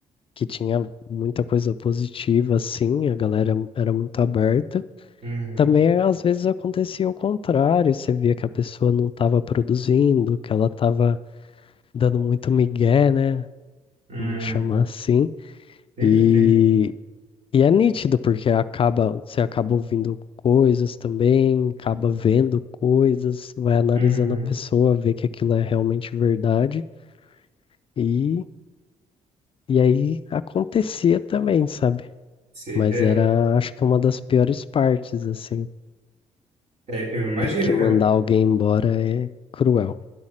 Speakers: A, on the left (about 45°); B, on the right (about 60°).
A: que tinha muita coisa positiva, assim, a galera era muito aberta.
B: Uhum.
A: Também às vezes acontecia o contrário, você via que a pessoa não estava produzindo, que ela estava dando muito migué, né?
B: Uhum.
A: Vamos chamar assim.
B: Sempre
A: E,
B: tem.
A: e é nítido, porque acaba, você acaba ouvindo coisas também, acaba vendo coisas, vai analisando
B: Uhum.
A: a pessoa, vê que aquilo é realmente verdade. E, e aí acontecia também, sabe?
B: Sei,
A: Mas
B: é,
A: era, acho que uma das piores partes, assim.
B: é, eu imagino,
A: Ter que
B: cara.
A: mandar alguém embora é cruel.